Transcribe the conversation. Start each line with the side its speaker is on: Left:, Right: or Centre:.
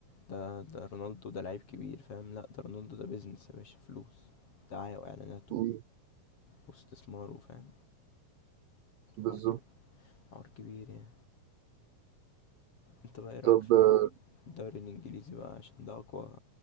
Left: ده ده رونالدو ده لعيب كبير فاهم لا ده رونالدو ده بيزنس يا باشا فلوس دعاية واعلانات و-
Right: مم،
Left: واستثمار وفاهم
Right: بالظبط
Left: حوار كبير حوار كبير يعني انت بقى ايه رايك
Right: طب
Left: في
Right: آه،
Left: الدوري الانجليزي بقى عشان ده اقوى